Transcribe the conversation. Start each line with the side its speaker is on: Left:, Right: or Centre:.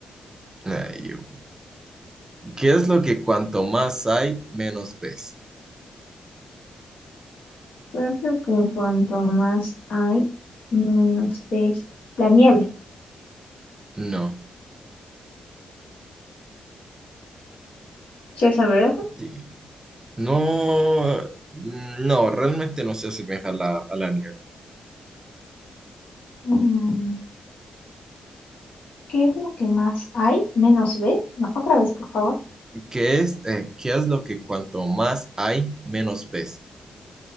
Right: Ay, yo- ¿Qué es lo que cuanto más hay, menos ves?
Left: Creo que cuanto más hay, menos ves. La niebla.
Right: No,
Left: César, ¿me deja?
Right: sí. No, no, realmente no se asemeja a la, a la niebla.
Left: Mm, ¿Qué es lo que más hay? Menos ves. No, otra vez, por favor.
Right: ¿Qué es, eh, qué es lo que cuanto más hay, menos ves?